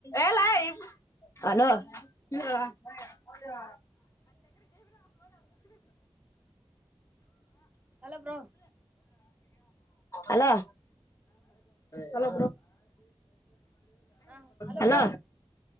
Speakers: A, on the left; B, on the right.
A: ಏ ಲೈ ಅಲೋ ಹ ಹ
B: ಹಲೋ ಬ್ರೋ
A: ಅಲೋ ಹಲೋ
B: ಹ
A: ಹಲೋ
B: ಬ್ರೋ